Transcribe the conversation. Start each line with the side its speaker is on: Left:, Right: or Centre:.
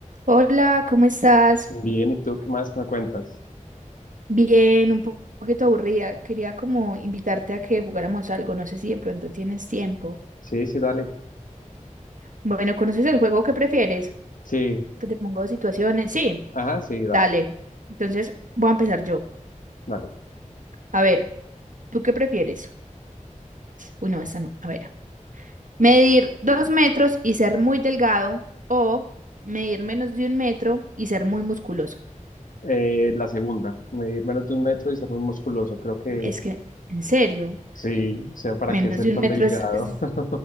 Right: Hola, ¿cómo estás?
Left: Bien, ¿y tú qué más me cuentas?
Right: Bien, un po- poquito aburrida. Quería como invitarte a que jugáramos algo. No sé si de pronto tienes tiempo.
Left: Sí, sí, dale.
Right: Bueno, ¿conoces el juego que prefieres?
Left: Sí,
Right: Que te pongo situaciones. Sí,
Left: ajá, sí, dale,
Right: dale. Entonces voy a empezar yo.
Left: dale.
Right: A ver, ¿tú qué prefieres? Uy, no, esta no. A ver. Medir dos metros y ser muy delgado o medir menos de un metro y ser muy musculoso.
Left: Eh, la segunda, medir menos de un metro y ser muy musculoso. Creo que
Right: Mm, Es que, en serio,
Left: sí, o sea, para
Right: menos
Left: qué ser
Right: de un
Left: tan
Right: metro
Left: delgado.
Right: es... es-
Left: <laughs>